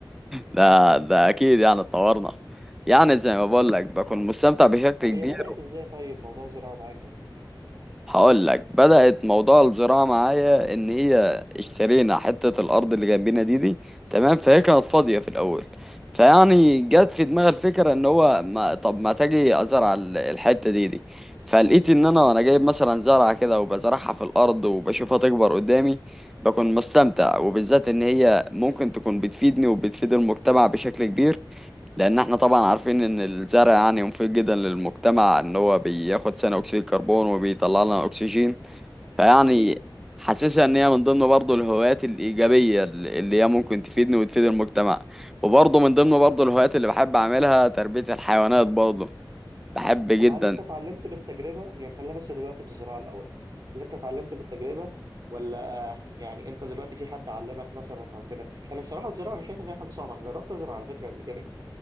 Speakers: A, in the centre; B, on the right.
A: ده ده اكيد يعني اتطورنا يعني زي ما بقول لك بكون مستمتع بشكل
B: طب
A: كبير
B: هي بدأت ازاي طيب موضوع الزراعه معاك ده
A: هقول لك بدأت موضوع الزراعة معايا إن هي اشترينا حتة الأرض اللي جنبنا دي دي تمام فهي كانت فاضية في الأول فيعني جت في دماغي الفكرة إن هو ما طب ما تجي أزرع ال- الحتة دي دي فلقيت إن أنا وأنا جايب مثلا زرعة كده وبزرعها في الأرض وبشوفها تكبر قدامي بكون مستمتع وبالذات إن هي ممكن تكون بتفيدني وبتفيد المجتمع بشكل كبير لان احنا طبعا عارفين ان الزرع يعني مفيد جدا للمجتمع ان هو بياخد ثاني اكسيد الكربون وبيطلع لنا اكسجين فيعني
B: اكيد
A: حاسسها ان هي من ضمن برضه الهوايات الايجابيه اللي هي ممكن تفيدني وتفيد المجتمع وبرضه من ضمن برضه الهوايات اللي بحب اعملها تربيه الحيوانات برضه بحب جدا
B: طب هل انت اتعلمت بالتجربة يعني خلينا بس دلوقتي في الزراعة الأول هل انت اتعلمت بالتجربة ولا يعني انت دلوقتي في حد علمك مثلا او كده انا الصراحة الزراعة انا شايف ان هي حاجة صعبة انا جربت ازرع على فكرة قبل كده يعني